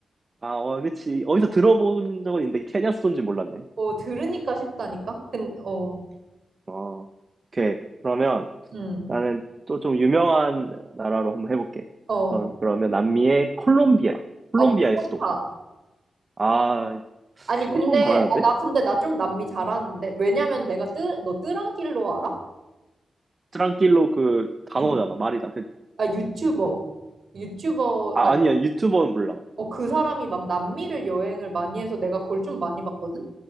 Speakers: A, on the right (about 40°); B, on the right (about 60°).
A: 아, 어, 그치. 어디서
B: 어,
A: 들어본 적은 있는데, 케냐 수도인지 몰랐네.
B: 어, 들으니까 쉽다니까? 근, 어,
A: 어, 오케이. 그러면,
B: 음,
A: 나는 또 좀 유명한 나라로 한번 해볼게.
B: 어,
A: 어, 그러면 남미의 콜롬비아. 콜롬비아의
B: 아, 보고파.
A: 수도. 아,
B: 아니,
A: 엄청
B: 근데,
A: 잘하는데?
B: 아, 나, 근데 나 좀 남미 잘하는데? 왜냐면 내가 뜨, 너 뜨란길로 알아?
A: 트랑킬로 그 단어잖아,
B: 유,
A: 말이잖아. 그,
B: 아, 유튜버. 유튜버가,
A: 아, 아니야, 유튜버는 몰라.
B: 어, 그 사람이 막 남미를 여행을 많이 해서 내가 그걸 좀 많이 봤거든?